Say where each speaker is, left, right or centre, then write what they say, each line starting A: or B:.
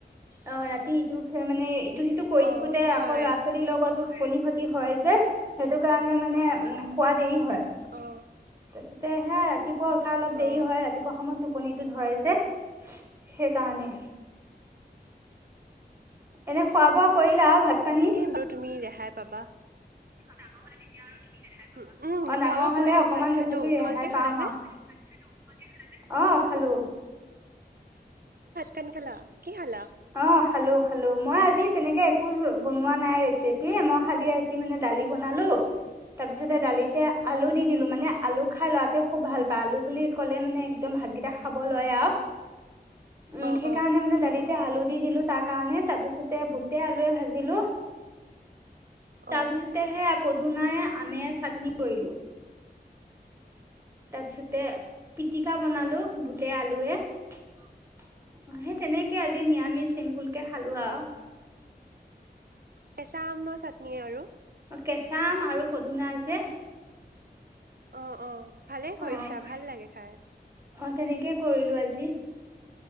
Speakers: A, on the right; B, on the right.
A: অ' ৰাতি ইটো সেই মানে ইটো-সিটো কৰি
B: অ
A: থাকোঁতে
B: হয়
A: আকৌ ল'ৰা ছোৱালীৰ লগতো টোপনি খতি হয় যে। সেইটোৰ কাৰণে মানে উম শুৱা দেৰি হয়।
B: অ
A: তাৰপিছত তে সেয়া ৰাতি পুৱা উঠা অলপ দেৰি
B: অ
A: হয়। ৰাতিপুৱা সময়ত টো পনিটো ধৰে যে। সেইকাৰণে। এনে খোৱা-বোৱা কৰিলা? ভাত-পানী?
B: এই বাৰু তুমি ৰেহাই পাবা।
A: ডাঙৰ হ'লে তেতিয়া আৰু তো
B: উম উম
A: অ'
B: খোৱা
A: ডাঙৰ
B: বোৱা কৰিলো
A: হ'লে অকমান
B: ভাত খালো
A: তথাপি ৰেহাই
B: তোমালোকে খালানে
A: পাম আৰু। অ' খালোঁ।
B: কেন খালা? কি খালা
A: অ খালো, খালো মই আজি তেনেকে একো বনোৱা নাই, ৰেচিপি মই খালি আজি মানে দালি বনালো, তাৰপিছতে দালিত এতিয়া
B: অ
A: আলু দি দিলো মানে, আলু খাই লৰাটোৱে খুব ভাল পায়, আলু বুলি ক'লে মানে একদম ভাতকেইটা খাব লয় আৰু। উম,
B: অ
A: সেইকাৰণে
B: অ
A: মানে দালিত আলু দি দিলো, তাৰ কাৰণে তাৰ পিছতে বুটেই আলুৱে ভাজিলো। তাৰপিছতেহে
B: অ
A: আ পদুনাই আমে চাটনি কৰিলো। তাৰপিছতে পিটিকা বনালো, বুটে আলুৱে, সেই তেনেকে আজি নিৰামিষ চিমপুলকে খালো আৰু।
B: কেঁচা আমৰ চাটনি আৰু।
A: কেঁচা আম আৰু পদুনা যে
B: অ, অ। ভালে কৰিছা,
A: অ',
B: ভাল লাগে খাই।
A: অ, তেনেকেই কৰিলো আজি।